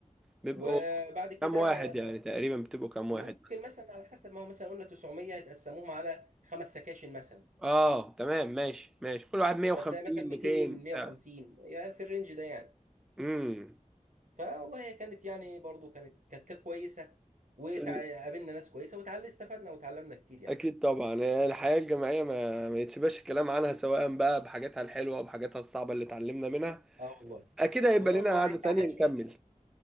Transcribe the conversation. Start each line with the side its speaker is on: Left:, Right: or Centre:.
Centre: بيبقوا
Right: وبعد كده
Centre: كام واحد يعني تقريبا بتبقوا كام واحد
Right: ممكن
Centre: مثلا
Right: مثلا على حسب ما هو مثلا قلنا 900 هتقسموهم على خمس سكاشن مثلا
Centre: اه تمام ماشي ماشي كل واحد 150
Right: فتلاقي مثلا 200
Centre: 200 بتاع
Right: 150 يعني في الرينج ده يعني
Centre: امم
Right: فوالله هي كانت يعني برضو كانت كانت كانت كويسه وقابلنا
Centre: ال-
Right: ناس كويسه وتعلم استفدنا وتعلمنا كتير يعني
Centre: اكيد طبعا الحياه الجامعيه ما ما يتسبش الكلام عنها سواء بقى بحاجاتها الحلوه وبحاجاتها الصعبه اللي اتعلمنا منها
Right: اه والله
Centre: اكيد هيبقى
Right: وطبعا
Centre: لنا
Right: ما
Centre: قعده
Right: يسعهاش
Centre: تانية نكمل
Right: بقى